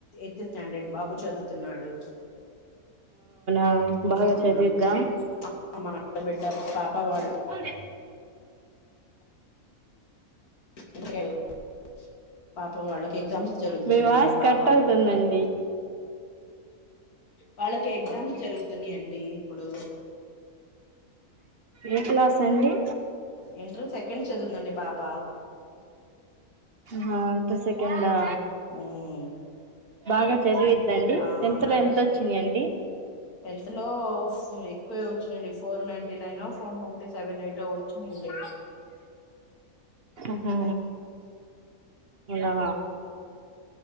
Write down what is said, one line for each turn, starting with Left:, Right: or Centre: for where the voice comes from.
Left: ఎయిత్ స్టాండర్డ్ బాబు చదువుతున్నాడు
Right: ఆ బాగా
Left: అవునండి
Right: చదవిద్దా
Left: మా ఆడబిడ్డ పాప వాళ్ళ
Right: ఉమ్
Left: <unintelligible> పాపం వాళ్ళకి ఎగ్జామ్స్ జరుగుతున్నాయి
Right: మీ వాయిస్
Left: పాప
Right: కట్ అవుతుందండి
Left: వాళ్ళకి ఎగ్జామ్స్ జరుగుతున్నాయండి ఇప్పుడు
Right: ఏ క్లాస్ అండి
Left: ఇంటర్ సెకండ్ చదువుతుందండి పాప
Right: హా ఇంటర్ సెకండ్ ఆ
Left: ఉమ్
Right: బాగా చదివిద్ద అండి
Left: ఆ
Right: టెన్త్
Left: బాగా
Right: లో ఎంత వచ్చినాయండి
Left: టెన్త్ లో ఉ ఎ క్కువే వచ్చిందండి ఫోర్ నైన్ టి నైన్ ఓ four ninety seven eight ఓ వచ్చినాయండి
Right: ఉహూ ఊ నా